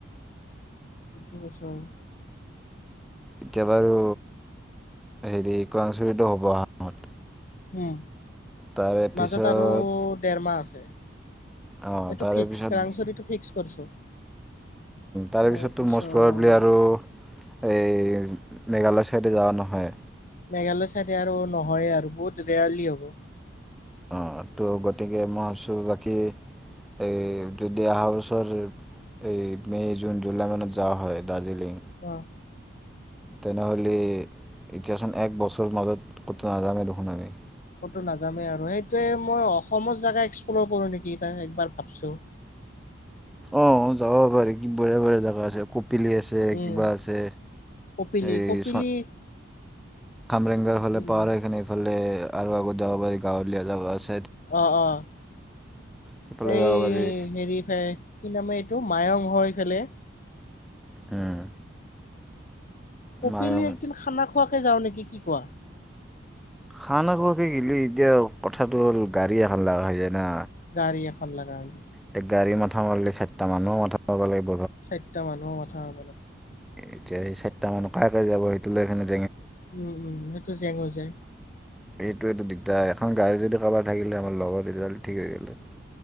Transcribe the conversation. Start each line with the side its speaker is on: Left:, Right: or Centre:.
Left: <unintelligible> বছৰ
Centre: এতিয়া বাৰু হেৰি <unintelligible> হ'ব <unintelligible>
Left: হম
Centre: তাৰে পিছত
Left: মাজত আৰু দেৰমাহ আছে এইটো
Centre: অ' তাৰে
Left: ফিক্স
Centre: পিছত
Left: <unintelligible> ফিক্স কৰছো
Centre: তাৰেপিছততো
Left: তাৰপিছত
Centre: ম'ষ্ট প্ৰভেবলি আৰু এই মেঘালয় চাইডে যাৱা নহয়
Left: মেঘালয় চাইডে আৰু নহয়ে আৰু বহুত ৰেয়াৰলি হ'ব
Centre: অ ত' গতিকে মই <unintelligible> বাকী এই যদি অহা বছৰ এই মে জুন জুলাই মানত যোৱা হয় দাৰ্জিলিং
Left: আহ
Centre: তেনেহ'লে এতিয়াচোন এক বছৰ মাজত ক'তো নাযামেই দেখোন আমি
Left: <unintelligible> নাজামেই আৰু সেইটে মই অসমৰ জেগা এক্সপ্ল'ৰ কৰো নেকি এ একবাৰ ভাবছো
Centre: অ' যাব পাৰি কি বৰহিয়া বৰহিয়া জাগা আছে খুব <unintelligible> আছে
Left: উম
Centre: কিবা আছে
Left: কপিলি
Centre: এই
Left: কপিলি
Centre: খামৰেংগৰ
Left: কপিলি
Centre: ফালে পোৱাৰ কাৰণে ইফালে আৰু আগত যাব পাৰি। গাঁৱলীয়া জাগা আছ
Left: অ' অ'।
Centre: সেইফালে
Left: এই
Centre: যাব পাৰি
Left: হেৰিফাই কি নামে- টো মায়ং হৈ ফালে।
Centre: উম,
Left: কপিলী,
Centre: মায়ং
Left: একদিন খানা খোৱাকে যাওঁ নেকি, কি কোৱা?
Centre: খানা খোৱাকে গিলি এতিয়া কথাটো হ'ল, গাড়ী এখান লাগা হৈ যায় না।
Left: গাড়ী এখন লাগা হৈ।
Centre: তে গাড়ী মাথা মাৰিলে চাৰিটা মানুহও মাথা মাৰিব লাগি-
Left: চাৰিটা মানুহও মাথ- থা <unintelligible>
Centre: এতিয়া সেই চাৰিটা মানুহ কাই কাই যাব, সেইটো লৈ কেনে-
Left: উম উম, সেইটো জেং হৈ যায়।
Centre: সেইটোৱেটো দিগদাৰ। এখন গাড়ী যদি কাৰোবাৰ থাকিলে আমাৰ লগৰ, তিতিয়াহ'লে ঠিক হৈ গেল হৈ।